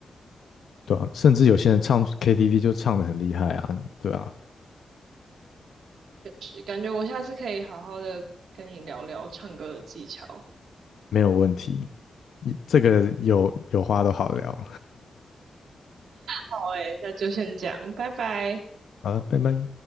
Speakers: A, on the left; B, on the right.
A: 对啊，甚至有些人唱 KTV 就唱的很厉害啊，对啊，
B: 就是感觉我下次可以好好的跟你聊聊唱歌的技巧。
A: 没有问题。你这个有有话都好聊，
B: 好诶，那就先这样，拜拜。
A: <laughs> 好，了，拜拜。